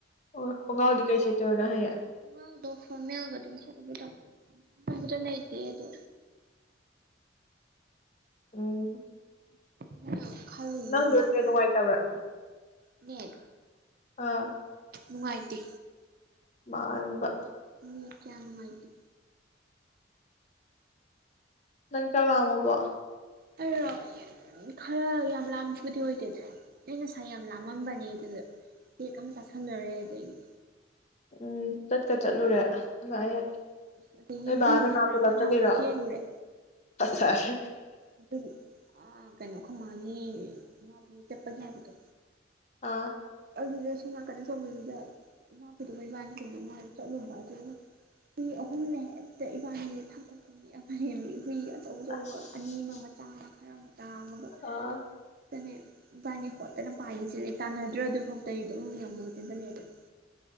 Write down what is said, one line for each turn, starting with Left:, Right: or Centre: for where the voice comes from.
Left: ꯑꯣ ꯈꯣꯡꯒ꯭ꯔꯥꯎꯗꯤ ꯀꯩ ꯁꯦꯠꯇꯣꯏ ꯅꯪ ꯍꯌꯦꯡ
Right: ꯈꯣꯡꯒ꯭ꯔꯥꯎꯗꯣ ꯐꯣꯔꯃꯦꯜꯒ ꯑꯗꯨꯝ ꯁꯦꯠꯂꯒꯦ <unintelligible> ꯂꯩꯇꯦ ꯑꯗꯨ
Left: ꯎꯝ
Right: <unintelligible>
Left: ꯅꯪ
Right: ꯍꯧꯖꯤꯛꯀꯤ
Left: ꯗꯣ <unintelligible> ꯅꯨꯡꯉꯥꯇꯕ꯭ꯔ
Right: ꯅꯦꯠ
Left: ꯑꯥ
Right: ꯅꯨꯡꯉꯥꯏꯇꯦ
Left: ꯃꯥꯟꯕ
Right: ꯅꯦꯠ ꯀꯌꯥꯅꯨꯡꯉꯥꯏꯇꯦ
Left: ꯅꯪ ꯆꯥꯛ ꯂꯥꯝꯃꯕꯣ
Right: ꯑ ꯈꯔ ꯌꯥꯝ ꯂꯥꯝꯕꯕꯨꯗꯤ ꯑꯣꯏꯗꯦꯗ ꯑꯩ ꯉꯁꯥꯏ ꯌꯥꯝ ꯂꯥꯝꯃꯝꯕꯅꯦ ꯑꯗꯨꯗ ꯀꯦꯛ ꯑꯃ ꯆꯥꯁꯜꯂꯨꯔꯦ ꯑꯗꯒꯤ
Left: ꯎꯝ ꯆꯠꯀ ꯆꯠꯂꯨꯔꯦ ꯑꯗꯨꯒ ꯑꯩ
Right: ꯎꯝ ꯑꯗꯒꯤ
Left: ꯅꯣꯏ
Right: ꯍꯨꯏ
Left: ꯕꯥꯗꯣ ꯂꯥꯛꯑ
Right: ꯃꯅꯥꯛꯇꯅ
Left: ꯄꯨꯂꯞ ꯆꯠꯇꯣꯏꯔꯣ
Right: ꯑꯃꯨꯛ ꯆꯦꯜꯂꯨꯔꯦ
Left: ꯑꯁ ꯑꯁ
Right: ꯑꯗꯨꯒꯤ ꯑ ꯀꯩꯅꯣ ꯑꯩꯈꯣꯏꯃꯥꯒꯤ ꯏꯅꯥꯎꯄꯤꯒꯤ ꯆꯠꯄꯒꯤ ꯍꯥꯏꯕꯗꯣ
Left: ꯑꯥ
Right: ꯑꯗꯨꯗ ꯁꯣꯝ ꯅꯥꯀꯟꯗ ꯇꯧꯕꯗꯨꯗ ꯏꯅꯥꯎꯄꯤꯗꯨꯒ ꯏꯕꯥꯅꯤ ꯀꯩꯅꯣꯃ ꯑꯣꯏ ꯆꯠꯂꯨꯕ ꯑꯗꯨꯗ ꯍꯨꯏ ꯑꯍꯨꯝꯅꯦ ꯍꯦꯛꯇ ꯏꯕꯥꯅꯤꯁꯦ ꯊꯛꯊꯛ ꯅꯤꯛꯑꯕꯅꯦꯃꯤ ꯍꯨꯏ ꯑꯆꯧꯆꯧꯕ
Left: ꯑꯁ
Right: ꯑꯅꯤ ꯑꯃ ꯃꯆꯥ ꯈꯔꯃꯆꯥ ꯑꯃꯒ
Left: ꯑꯥ
Right: ꯍꯦꯛꯇꯅꯦ ꯏꯕꯅꯤ ꯍꯣꯠꯇꯅ ꯄꯥꯏꯈꯩ ꯆꯦꯜꯂꯛꯑꯦ ꯇꯥꯟꯅꯗ꯭ꯔ ꯑꯗꯨꯐꯥꯎꯗ ꯑꯗꯨꯝ ꯌꯧꯅꯕ ꯆꯦꯟꯁꯤꯜꯂꯛꯑꯦꯗꯅ